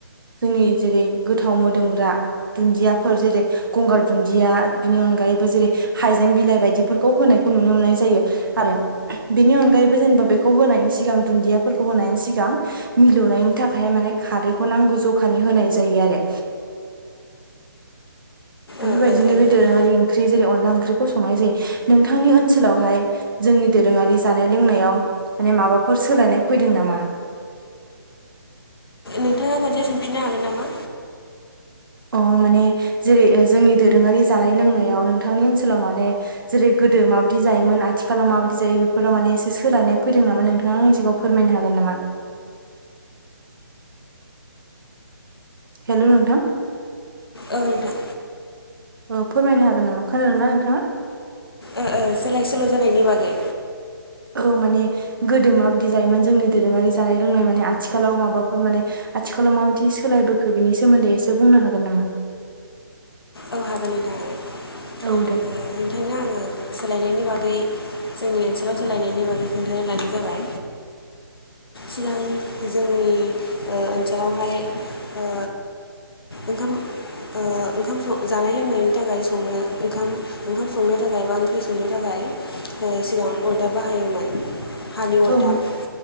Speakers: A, on the right; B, on the left.
A: जोंनि जेरै गोथाव मोदोमग्रा दुन्दियाफोर जेरै गंगार दुन्दिया बिनि अनगायैबो जेरै हाइजें बिलाइ बायदिफोरखौ होनायखौ नुनो मोननाय जायो। आरो बेनि अनगायैबो जेनेबा बेखौ होनायनि सिगां दुन्दियाफोरखौ होनायनि सिगां मिलौनायनि थाखाय माने खारैखौ नांगौ ज'खानि होनाय जायो आरो। बेफोरबायदिनो
B: ओ ओ ओ
A: बे
B: नोंथां
A: दोरोङारि ओंख्रि जेरै अनला ओंख्रिखौ संनाय जायो नोंथांनि ओनसोलावहाय जोंनि दोरोङारि जानाय लोंनायाव माने माबाफोर सोलायनाय फैदों नामा?
B: नोंथाङा खनसे सोंफिननो हागोन नामा?
A: अ माने जेरै ओ जोंनि दोरोङारि जानाय लोंनायाव नोंथांनि ओनसोलाव माने जेरै गोदो माबायदि जायोमोन आथिखालाव माबादि जायो बेफोराव माने एसे सोलायनाय फैदों नामा नोंथाङा आंनि सिगांङाव फोरमायनो हागोन नामा? हेल' नोंथां।
B: औ नोंथां।
A: ओ फोरमायनो हागोन नामा खोनादों ना नोंथाङा?
B: ओ ओ सोलाय सोल' जानायनि बागै
A: औ माने गोदो माबायदि जायोमोन जोंनि दोरोङारि जानाय लोंनाय माने आथिखालाव माबाफोर माने आथिखालाव माबायदि सोलायबोखो बिनि सोमोन्दै एसे बुंनो हागोन नामा?
B: औ हागोन नोंथां। हागोन
A: औ दे।
B: ओ नोंथांनो आंङो सोलायनायनि बागै जोंनि ओनसोलाव सोलायनायनि बागै खोन्थानो लानाय जाबाय सिगांनि जोंनि ओ ओनसोलावहाय ओ ओंखाम ओ ओंखाम स जानाय लोंनायनि थाखाय संनो ओंखाम ओंखाम संनो थाखाय बा ओंख्रि संनो थाखाय ओ सिगां अर्दाब बाहायोमोन। हानि अदाब
A: औ